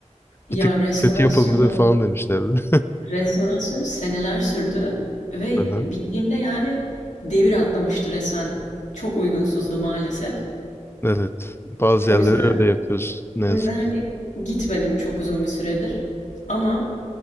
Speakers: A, on the left; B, on the left.
A: Ya
B: Bir tık
A: restorasyonu,
B: kötü yapılmadı falan demişlerdi.
A: restorasyonu seneler sürdü ve
B: <laughs> Aha,
A: bittiğinde yani devir atlamıştı resmen. Çok uygunsuzdu maalesef.
B: Evet. Bazı
A: O
B: yerleri
A: yüzden
B: öyle yapıyoruz ne yazık
A: o yüzden hani
B: ki.
A: gitmedim çok uzun bir süredir. Ama